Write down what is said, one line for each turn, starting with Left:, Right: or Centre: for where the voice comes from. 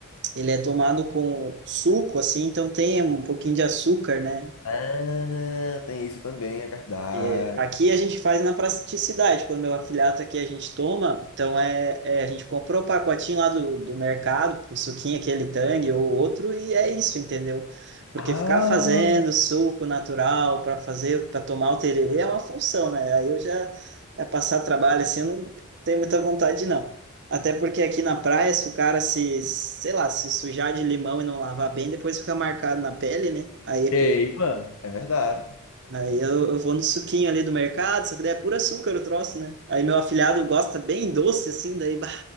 Right: ele é tomado com suco, assim, então tem um pouquinho de açúcar, né?
Left: Ah, tem isso também, é verdade.
Right: E aqui a gente faz na praticidade. Quando meu afiliado aqui a gente toma, então é, é, a gente comprou o pacotinho lá do, do mercado, o suquinho, aquele Tang ou outro, e é isso, entendeu? Porque
Left: Ah,
Right: ficar fazendo suco natural para fazer, para tomar o tererê é uma função, né? Aí eu já é passar trabalho assim, eu não tenho muita vontade, não. Até porque aqui na praia, se o cara se, sei lá, se sujar de limão e não lavar bem, depois fica marcado na pele, né? Aí é
Left: queima. É verdade.
Right: Aí eu, eu vou no suquinho ali do mercado, só que daí é puro açúcar o troço, né? Aí meu afilhado gosta bem doce, assim, daí, bah,